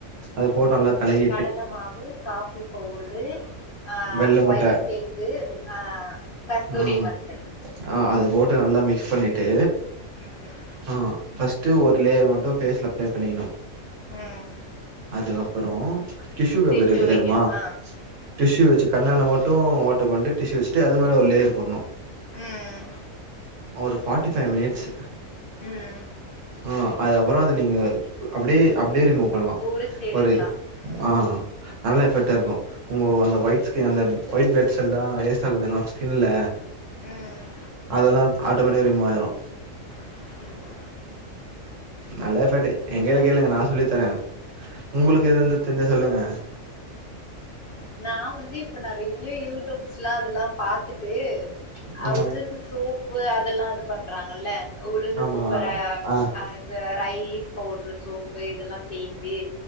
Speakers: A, on the right; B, on the left.
A: அது போட் நல்லா கலகி
B: கடல மாவு காஃபி பவுட்ரு ஆ
A: வெள்ள முட்ட
B: ஒயிட் எக்கு ஆ கஸ்தூரி
A: ஆ
B: மஞ்சள்
A: ஆ அது போட்டு நல்லா மிக்ஸ் பண்ணிட்டு
B: ம்
A: ஆ ஃபஸ்ட்டு ஒரு லேயர் மட்டு ஃபேஸ்ல அப்ளை பண்ணிக்கணு
B: ம்
A: அதுக்கப்பறோ டிஷு பேப்பர்
B: டிஷ்யூ
A: இருக்கு
B: வைக்கணுமா
A: தெர்மா டிஷு வச்சு கண்ணான ஓட்டு ஓட்ட கொண்டு டிஷு வச்சுட்டு அது மேல ஒரு லேயர் பண்ணோ
B: ம்
A: ஒரு ஃபாட்டி ஃபைவ் மினிட்ஸ்
B: ம்
A: அ அதுக்கப்றோ அது நீங்கள் அப்டி அப்டியே ரிமூப் பண்ணலா
B: உரிச்சு எடுக்கலா
A: ஒரு
B: ம்
A: ஆ நல்ல எஃபெக்டா இருக்கு உங்க அந்த ஒயிட் ஸ்கின் அந்த ஒயிட் ப்ளட்ஸெல்லா வேஸ்ட் ஆகுதுனா ஸ்கின்ல
B: ம்
A: அதெல்லா ஆட்டோமேட்டிக்கா ரிமூவ் ஆயிரு
B: <inaudible>
A: நல்ல எபட்டு
B: ட்ரை
A: எங்கள
B: பண்லா
A: கேளுங்க நா சொல்லி தரே உங்களுக்கு
B: ம்
A: எதாந்து தெர்ஞ்சா சொல்லுங்க
B: நா வந்து இப்ப நெறைய யூடியூப்ஸ்லா அதல்லா பாத்துட்டு அ
A: ஆ
B: உளுந்து சோப்பு அதெல்லா இது பண்றாங்கல்ல உளுந்து
A: ஆமா
B: சூப்பரா
A: ஆ
B: அது ரைஸ் பவுட்ரு சோப்பு இதல்லா சேன்தி